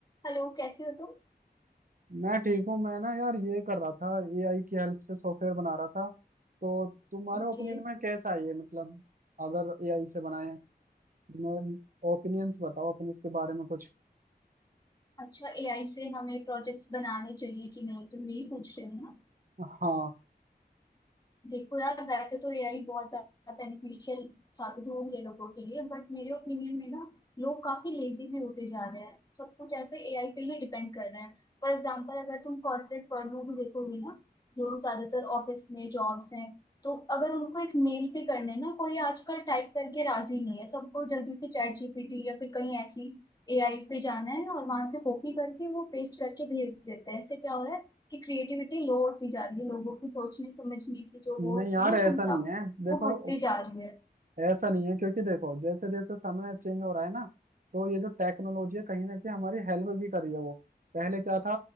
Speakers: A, on the left; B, on the right.
A: हेलो कैसे हो तुम
B: मैं ठीक हूँ मैं ना यार ये कर रहा था एआई की हेल्प से सॉफ्टवेयर बना रहा था तो तुम्हारे
A: ओके
B: ओपिनियन में कैसा है ये मतलब अगर एआई से बनाए मैं ओपिनियंस बताओ अपने इसके बारे में कुछ
A: अच्छा एआई से हमें प्रोजेक्ट्स बनाने चाहिए कि नहीं तुम यही पूछ रहे हो ना
B: हाँ
A: देखो यार वैसे तो एआई बहुत ज्यादा बेनिफिशियल साबित हो रही है लोगों के लिए बट मेरे ओपिनियन में ना लोग काफी लेजी भी होते जा रहे हैं सब कुछ ऐसे एआई पे ही डिपेंड कर रहे हैं फॉर एग्जांपल अगर तुम कॉर्पोरेट वर्ल्ड में भी देखोगे ना जो ज्यादातर ऑफिस में जॉब्स हैं तो अगर उनको एक मेल पे करने ना कोई आजकल टाइप करके राजी नहीं है सबको जल्दी से चैट जीपीटी या फिर कहीं ऐसी एआई पे जाना है और वहां से कॉपी करके वो पेस्ट करके भेज देते हैं इससे क्या हो रहा है कि क्रिएटिविटी लो होती जा रही है लोगों की सोचने समझने की जो
B: नहीं
A: वो होती
B: यार
A: है ना
B: ऐसा
A: क्षमता
B: नहीं है देखो
A: वो घटती जा रही है
B: ऐसा नहीं है क्योंकि देखो जैसे जैसे समय चेंज हो रहा है ना तो ये जो टेक्नोलॉजी है कहीं ना कहीं हमारी हेल्प भी कर रही है वो पहले क्या था